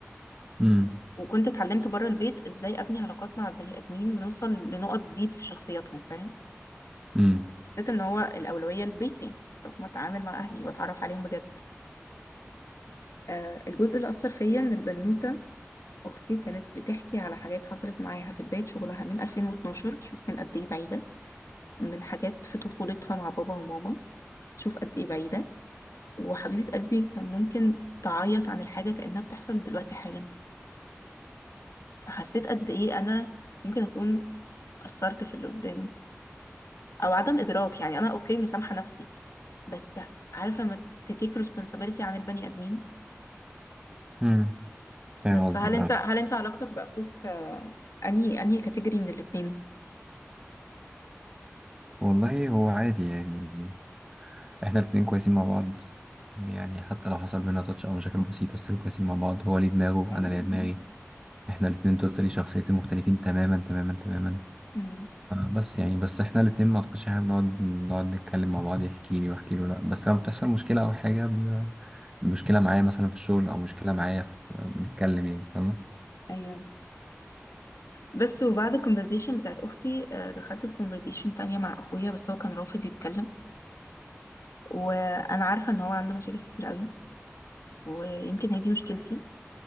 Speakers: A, on the right; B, on the left.
A: امم
B: وكنت اتعلمت بره البيت ازاي ابني علاقات مع البني آدمين ونوصل لنقط ديب في شخصياتهم فاهم
A: امم
B: حسيت ان هو الأولوية لبيتي طب ما اتعامل مع أهلي واتعرف عليهم بجد آه الجزء اللي أثر فيا إن البنوتة أختي كانت بتحكي على حاجات حصلت معاها في بداية شغلها من 2012 شوف من قد إيه بعيدة من حاجات في طفولتها مع بابا وماما شوف قد إيه بعيدة وحبيبة قلبي كان ممكن تعيط عن الحاجة كأنها بتحصل دلوقتي حالا فحسيت قد إيه أنا ممكن أكون قصرت في اللي قدامي أو عدم إدراك يعني أنا أوكي مسامحة نفسي بس عارف لما تتيك responsibility عن البني آدمين
A: امم فاهم
B: بس
A: قصدك
B: فهل
A: اه
B: أنت هل أنت علاقتك بأخوك أنهي أنهي كاتيجوري من الاتنين
A: والله هو عادي يعني احنا الاتنين كويسين مع بعض يعني حتى لو حصل بينا تاتش او مشاكل بسيطة بس كويسين مع بعض هو ليه دماغه
B: الحمد
A: انا ليا
B: لله
A: دماغي احنا الاتنين توتالي شخصيتين مختلفين تماما تماما تماما
B: امم
A: بس يعني بس احنا الاتنين ما اعتقدش احنا بنقعد نقعد نتكلم مع بعض يحكي لي واحكي له لا بس لما بتحصل مشكلة او حاجة ب- مشكلة معايا مثلا في الشغل او مشكلة معايا في بنتكلم يعني فاهمة
B: ايوه بس وبعد الكونفرزيشن بتاعت اختي آه، دخلت الكونفرزيشن تانية مع اخويا بس هو كان رافض يتكلم وانا عارفة ان هو عنده مشاكل كتير قوي ويمكن هي دي مشكلتي